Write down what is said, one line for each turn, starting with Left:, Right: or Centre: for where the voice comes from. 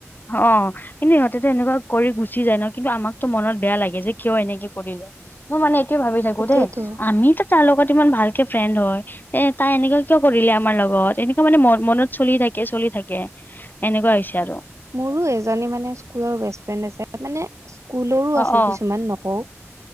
Left: অ'। কিন্তু সিহঁতেতো এনেকুৱা কৰি গুচি যায় ন, কিন্তু আমাকটো মনত বেয়া লাগে যে কিয় এনেকে কৰিল? মই মানে এইটোয়ে ভাবি থাকোঁ
Right: সেইটোয়েতো
Left: দেই আমিতো তাৰ লগত ইমান ভালকে ফ্ৰেণ্ড হয় এ, তাই এনেকুৱা কিয় কৰিলে আমাৰ লগত এনেকুৱা মানে ম-মনত চলি থাকে। কে চলি থাকে এনেকুৱা হৈছে আৰু।
Right: মোৰো এজনী মানে স্কুলৰ বেষ্ট ফ্ৰেণ্ড আছে মানে স্কুলৰো
Left: অ
Right: আছে
Left: অ
Right: কিছুমান নকওঁ।